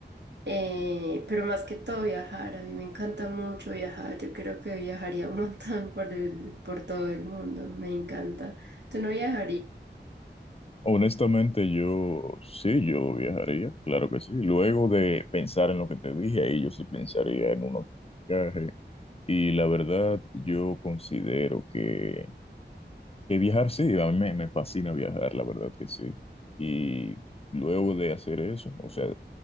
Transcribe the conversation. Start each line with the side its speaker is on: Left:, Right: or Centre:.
Right: Eh, pero más que todo viajar, a mí me encanta mucho viajar, yo creo que viajaría <laughs> un montón por el, por todo el mundo, me encanta. ¿Tú no viajarías?
Left: Honestamente, yo sí, yo viajaría, claro que sí. Luego de pensar en lo que te dije, ahí yo sí pensaría en un otro viaje. Y la verdad, yo considero que, que viajar sí, a mí me, me fascina viajar, la verdad que sí. Y luego de hacer eso, o sea,